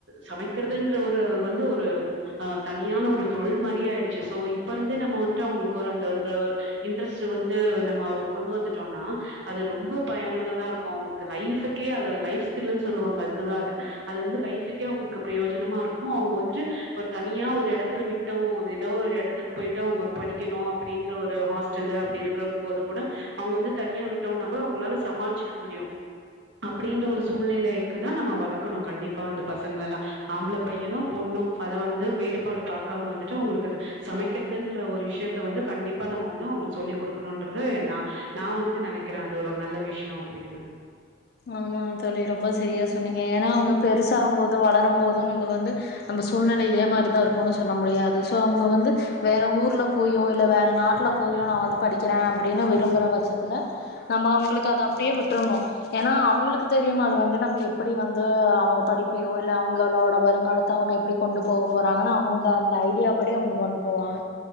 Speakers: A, on the right; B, on the left.
A: சமைக்கிறதுன்ற ஒரு வந்து ஒரு தனியா ஆனா ஒரு தொழில் மாறி ஆயிடுச்சு சோ இப்ப இருந்தே நம்ம வந்துட்டு அவங்களுக்கு ஒரு அந்த ஒரு இன்ட்ரெஸ்ட் வந்து நம்ம கொண்டு வந்துட்டோனா அது ரொம்ப பயனுள்ளதா இருக்கும் அவங்களுக்கு லைஃபக்கே அது லைஃப் ஸ்கில்ன்னு சொல்லுவாங்க அதுக்குதான் அத அது வந்து லைஃபக்கே அவங்களுக்கு பிரயோஜனமா இருக்கும் அவங்க வந்துட்டு ஒரு தனியா ஒரு எடத்துல விட்டோம் ஏதோ ஒரு எடத்துக்கு போயிட்டு அவங்க படிக்கணும் அப்படின்ற ஒரு ஹாஸ்டல்லு அப்டி இருக்கு இருக்கும் போது கூட அவங்க வந்து தனியா விட்டோம்னா கூட அவங்களால சமாளச்சிக்க முடியும் அப்டின்ற ஒரு சூழ்நிலைக்கு தான் நம்ம வளர்க்கணும் கண்டிப்பா அந்த பசங்களல்லாம் ஆம்பள பையனும் பொண்ணும் அத வந்து வேறுபாடு பாக்காம வந்துட்டு உங்களுக்கு சமைக்கிறதுன்ற ஒரு விஷயத்த வந்து கண்டிப் பா நம்ம வந்து அவங்களுக்கு சொல்லி குடுக்கணும்ன்றது நா நான் வந்து நெனைக்கிறேன் அது ஒரு நல்ல விஷயம் அப்டின்னு
B: ஆமா தோழி ரொம்ப சரியா சொன்னீங்க ஏன்னா அவங்க பெருசாகும் போது வளரும் போது நம்ம வந்து நம்ம சூழ்நிலை இதே மாரிதான் இருக்கும்னு சொல்ல முடியாது சோ அவங்க வந்து வேற ஊர்ல போயோ இல்ல வேற நாட்ல போயோ நான் வந்து படிக்கிறேன் அப்டின்னு விரும்புற பட்சத்துல நம்ம அவங்களுக்கு அத அப்படியே விட்ரனும் ஏன்னா அவங்களுக்கு தெரியும் அது வந்து நம்ம எப்படி வந்து அவங்க படிப்பியோ இல்ல அவங்க அவளோட வருங்காலத்த அவங்க எப்டி கொண்டு போக போறாங்கன்னா அவங்க அந்த ஐடியா படி அவங்க கொண்டு போவாங்க